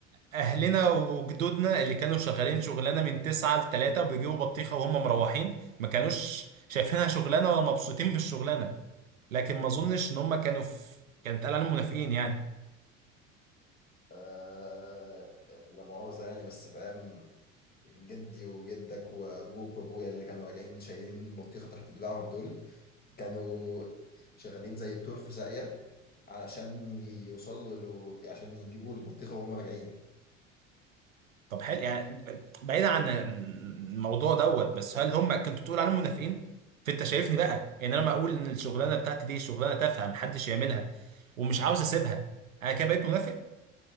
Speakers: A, on the right; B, on the left.
A: اهلنا وجدودنا اللي كانوا شغالين شغلانه من 9 ل 3 وبيجيبوا بطيخه وهم مروحين ما كانوش شايفينها شغلانه ولا مبسوطين بالشغلانه لكن ما اظنش ان هم كانوا في كان اتقال عليهم منافقين يعني
B: آه... لا مؤاخذه يعني بس فاهم جدي وجدك وابوك وابويا اللي كانوا راجعين شايلين بطيخه تحت دراعهم دول كانوا شغالين زي التور في ساقية علشان يوصلوا له عشان يجيبوا البطيخة وهم راجعين
A: طب حلو يعني بعيدا عن الموضوع دوت بس هل هم كنت بتقول عليهم منافقين فانت شايفني بقى ان انا ما اقول ان الشغلانه بتاعتي دي شغلانه تافهه محدش يعملها ومش عاوز اسيبها انا كده بقيت منافق